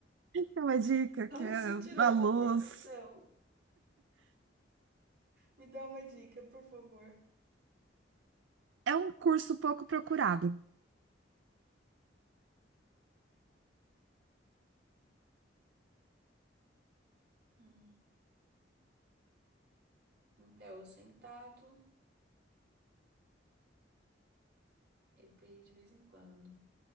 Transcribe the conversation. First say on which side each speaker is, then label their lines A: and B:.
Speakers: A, on the right; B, on the right.
A: É uma dica
B: <laughs>
A: que
B: Onde
A: é
B: você tirou
A: a
B: essa
A: luz.
B: profissão? Me dá uma dica, por favor.
A: É um curso pouco procurado.
B: Hum. Um pé ou sentado, EPI de vez em quando.